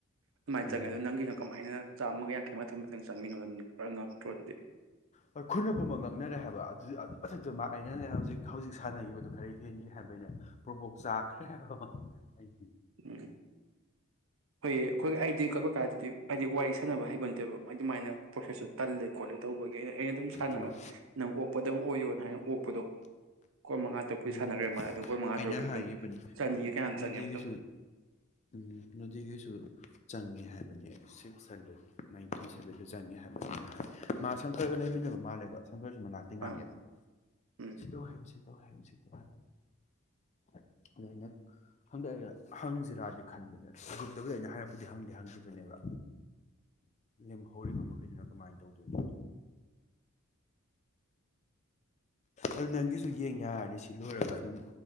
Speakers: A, on the right (about 65°); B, on the left (about 35°).
A: ꯑꯗꯨꯃꯥꯏꯅ
B: ꯎꯝ
A: ꯆꯪꯉꯦ ꯑꯗꯣ ꯅꯪꯒꯤꯅ ꯀꯃꯥꯏꯅ ꯆꯥꯝꯃꯒ ꯌꯥꯡꯈꯩꯃꯥꯊꯣꯏ ꯃꯨꯛꯇ ꯆꯪꯉꯤꯅꯣ ꯄꯨꯔ ꯉꯛꯇ꯭ꯔꯣ ꯑꯗꯨꯗꯤ
B: ꯍꯣꯏ ꯈꯨꯟ ꯑꯄꯨꯝꯕ ꯉꯛꯅꯔꯦ ꯍꯥꯏꯕ ꯑꯗꯨ ꯑꯗꯨ ꯃꯊꯛꯇ ꯃꯥ ꯑꯩꯅꯅꯦ ꯍꯧꯖꯤꯛ ꯍꯧꯖꯤꯛ ꯁꯥꯟꯅꯈꯤꯕꯗꯨ ꯈꯔ ꯍꯦꯟꯒꯦ ꯍꯥꯏꯕꯒꯤꯅꯦ ꯄ꯭ꯔꯣꯕꯣꯛ ꯆꯥꯛꯈ꯭ꯔꯦ ꯍꯥꯏꯕ ꯑꯩ
A: ꯎꯝ ꯍꯣꯏꯌꯦ ꯑꯩꯈꯣꯏ ꯑꯩꯗꯤ ꯀꯥꯀꯥꯗꯨꯗꯤ ꯍꯥꯏꯗꯤ ꯋꯥꯔꯤ ꯁꯥꯅꯕ ꯍꯩꯕ ꯅꯠꯇꯦꯕ ꯃꯥꯏꯗꯨ ꯃꯥꯏꯅ ꯄ꯭ꯔꯣꯁꯦꯁꯁꯨꯨ ꯇꯜꯂꯦ ꯈꯣꯠꯂꯦ ꯇꯧꯕꯒꯤ ꯑꯩ ꯑꯗꯨꯝ ꯁꯥꯟꯅꯔꯒ
B: ꯍꯣꯏ
A: ꯅꯪ ꯑꯣꯛꯄꯗꯪ ꯑꯣꯏꯌꯣꯅ ꯍꯥꯏꯔ ꯄꯨꯗꯣꯛ ꯑꯥꯈꯣꯌ ꯃꯉꯥ ꯇꯔꯨꯛꯇꯨ
B: ꯎꯝ
A: ꯁꯥꯟꯈ꯭ꯔꯦ ꯑꯗꯨꯃꯥꯏ ꯑꯗꯣ ꯁꯈꯣꯏ ꯃꯉꯥ
B: ꯑꯩꯅ
A: ꯇꯔꯨꯛꯀꯤ
B: ꯍꯥꯏꯈꯤꯕꯅꯤ
A: ꯑꯗꯨꯝ ꯆꯪꯒꯤꯌꯦ ꯀꯌꯥꯅꯣꯝ
B: ꯅꯣꯗꯤꯒꯤꯁꯨ
A: ꯑꯗꯨꯝ
B: ꯎꯝ ꯅꯣꯗꯤꯒꯤꯁꯨ ꯆꯪꯉꯦ ꯍꯥꯏꯕꯅꯦ ꯁꯤꯛꯁ ꯍꯟꯗ꯭ꯔꯦꯠ ꯅꯥꯏꯟꯇꯤ ꯁꯚꯦꯟꯗ ꯆꯪꯉꯦ ꯍꯥꯏꯕꯅꯤ ꯍꯥꯏ ꯃꯥ ꯁꯪꯀꯥꯔꯒ ꯂꯩꯃꯤꯟꯅꯕ ꯃꯥꯜꯂꯦꯕ ꯁꯪꯒ꯭ꯔꯁꯨ ꯃꯅꯥꯛꯇꯩ ꯉꯥꯡꯉꯦꯕ
A: ꯑꯪ ꯎꯝ
B: ꯁꯤꯗ ꯍꯥꯏꯍꯅꯁꯤ ꯍꯥꯏꯍꯟꯁꯤ ꯑꯗꯨ ꯑꯩꯅ ꯍꯟꯗꯛ ꯑꯩꯅ ꯍꯪꯁꯤꯔꯗꯤ ꯈꯟꯕꯅꯦꯇꯕꯨꯗ ꯑꯩꯅ ꯍꯥꯏꯔꯛꯄꯗꯤ ꯍꯪꯗꯦ ꯍꯪꯈꯤꯕꯅꯦꯕ ꯂꯦꯝ ꯍꯧꯔꯤꯕ ꯃꯈꯩꯗꯨꯅ ꯀꯃꯥꯏꯅ ꯇꯧꯗꯣꯏꯅꯣ ꯑꯗꯨ ꯅꯪꯒꯤꯁꯨ ꯌꯦꯡꯒꯦ ꯌꯥꯔꯅꯤ ꯁꯤ ꯁꯤ ꯂꯣꯏꯔꯒ ꯑꯗꯨꯝ